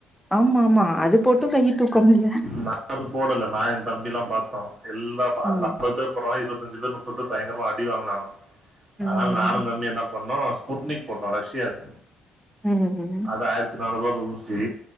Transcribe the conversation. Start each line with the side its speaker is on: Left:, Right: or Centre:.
Centre: ஆமா ஆமா அது போட்டு கைய் தூக்க முட்ல
Right: நா அது போடல நா எ தம்பில்லா பாத்தோ எல்லா அதுல
Centre: ம்
Right: <unintelligible> பேர் போற இருபத்தஞ்சு பேர் முப்பது பேர் பயங்கரமா அடிவாங்குனானு
Centre: ம்
Right: அதனால நானு தம்பி என்ன பண்ணோ புட்னிக் போட்டோ ரஷ்யாது
Centre: ம் ம்
Right: அது ஆயிரத்தி நாநூறுவா ஒரு ஊசி